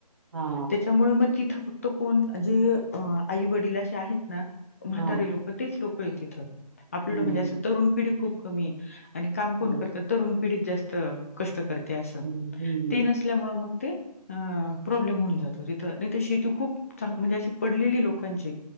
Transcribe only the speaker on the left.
त्याच्यामुळे मग तिथं फक्त कोण? जे आई वडील असे आहेत ना? म्हातारे
लोक. तेच लोक आहे तिथं. आपलं
म्हणजे असं तरुण पिढी खूप कमी ए. आणि काम कोण
करतं? तरुण पिढी जास्त कष्ट करते असं.
ते नसल्यामुंळ मग ते- अं. प्रॉब्लेम होऊन जातो तिथं. नाही तर शेती खूप चांगली म्हणजे अशी पडलेली ए लोकांची.